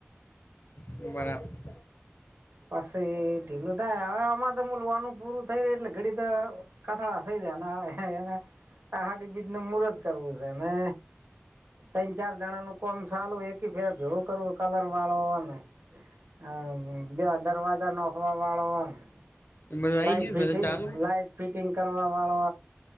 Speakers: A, on the left (about 50°); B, on the right (about 55°).
A: બરાબર.
B: પછી એ ઢીલું થાય હવે આમાં તો મલવાનું પૂરું થઈ ર એટલે ઘડી તો કથળા થઈ જયાને એને આ અહાડી બીજને મુર્ત કરવું છે ને ત્રણ ચાર જણા નું કોમ ચાલું એક ફેર ભેવું કરવું કલર વાળોને અ બે દરવાજા નખવા વાળો ને
A: બધું આઈ
B: લાઈટ
A: ગયું
B: ફિટંગ
A: બધું ચાલુ
B: લાઈટ ફિટિંગ કરવા વાળો